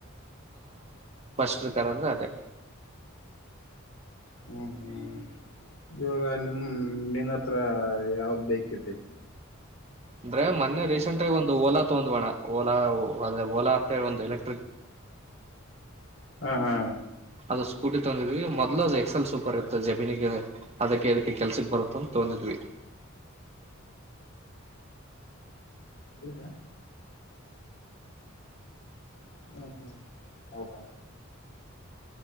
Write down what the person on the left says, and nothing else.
ಹ್ಮ ಹ್ಮ್ ಇವಾಗ ನಿಮ ನಿನ್ನ ಹತ್ರ ಯಾವ್ದ ಬೇಕತಿ
ಹಾ ಹಾ
ಬೂದಾ ಹ್ಮ ಹ್ಮ್ ಹೌದಾ